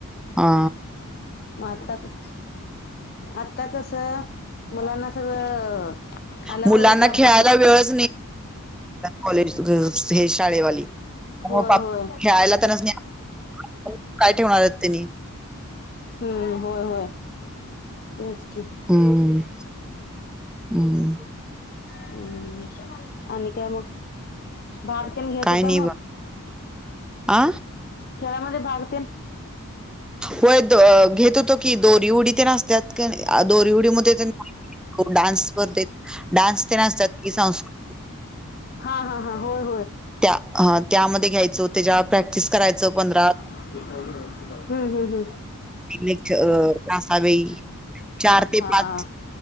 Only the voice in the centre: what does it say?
हा
मुलांना
खेळायला वेळच नी, कॉलेज हे शाळेवाली
हो, <inaudible> खेळायला
त्यांनाच <inaudible> काय ठेवणार येत तेनी
हम्म, हम्म
काय
नाही
बा आ
व्हय, दो घेत होतो की, दोरी उडी तेनं असत्यात कणय दोरी उडी मध्ये तेनं हो डान्सेत स्पर्धेत डान्स तेनं असतात. की, संस्कृ
त्या हं त्यामध्ये घ्यायचो. त्याच्यावर प्रॅक्टिस करायचो पंधरा
लेक्च अ तासावेळी चार ते
पाच